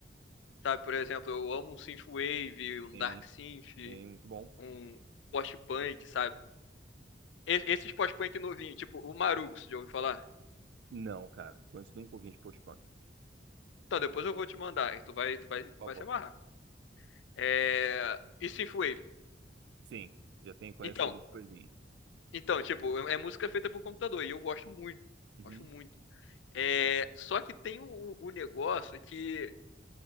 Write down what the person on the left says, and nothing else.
sabe, por exemplo, eu amo um synthwave, um
dark synth,
um post-punk, sabe? E- Esses post-punk novinhos, tipo o Marux, já ouviu falar?
Então, depois eu vou te mandar e tu vai, tu vai,
tu
vai se amarrar. É... E synthwave.
Então,
Então, tipo, é é música feita por computador e eu gosto muito.
Gosto muito. É, só que tem o, o negócio que